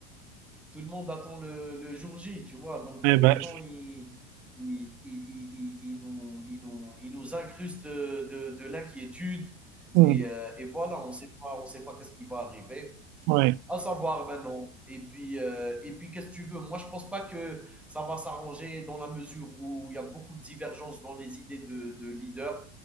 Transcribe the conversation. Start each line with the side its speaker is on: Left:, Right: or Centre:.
Centre: tout le, monde attend le, le jour J, tu vois. Donc
Right: Eh
Centre: euh, les
Right: ben,
Centre: gens,
Right: je-
Centre: ils, ils, ils, ils- ils- nous, ils, nous, ils nous incrustent de, de, l'inquiétude.
Right: mm.
Centre: Et, euh, et voilà, on ne sait pas, on sait pas qu'est-ce qui va arriver.
Right: Ouais.
Centre: À savoir maintenant. Et puis, euh, et puis qu'est-ce que tu veux Moi, je pense pas que ça va s'arranger dans la mesure où il y a beaucoup de divergences dans les idées de, de leaders,